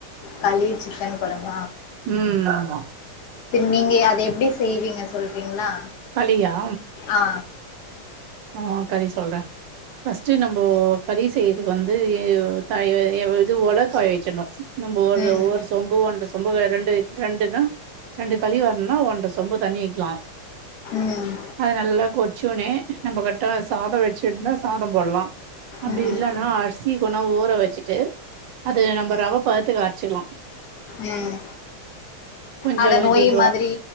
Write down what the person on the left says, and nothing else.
களி சிக்கன் குழம்ப
நீங்க அத எப்டி செய்வீங்க சொல்றீங்களா
ஆ.
ம்.
ம்.
ம்.
உம்
அத நொய்
மாரி